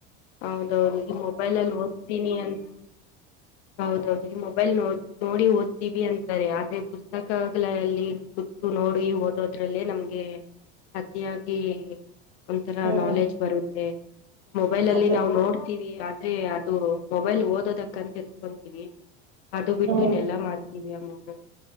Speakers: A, on the left; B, on the right.
A: ಹೌದೌದು ಈ ಮೊಬೈಲ್ ಅಲ್ಲಿ ಓದ್ತೀನಿ ಅಂತ ಹೌದೌದು. ಮೊಬೈಲ್ ನೋ ನೋಡಿ ಓದ್ತೀವಿ ಅಂತಾರೆ ಆದ್ರೆ ಪುಸ್ತಕಗಳಲ್ಲಿ ಗುತ್ತು ನೋಡಿ. ಓದೋದ್ರಲ್ಲೇ ನಮ್ಗೆ ಅತಿಯಾಗಿ ಒಂಥರ
B: ಹ್ಮ್
A: ನಾಲೆಜ್ ಬರುತ್ತೆ. ಮೊಬೈಲ್ಲಲ್ಲಿ
B: ಅದೇ
A: ನಾವು ನೋಡ್ತೀವಿ ಆದ್ರೆ ಅದು ಮೊಬೈಲ್ ಓದೋದಕ್ಕಂತ ಎತ್ಕೊಂತೀವಿ. ಅದು ಬಿಟ್ಟು
B: ಹ್ಮ್
A: ಇನ್ನೆಲ್ಲಾ ಮಾಡ್ತೀವಿ ಆ ಮೋಬೈಲ್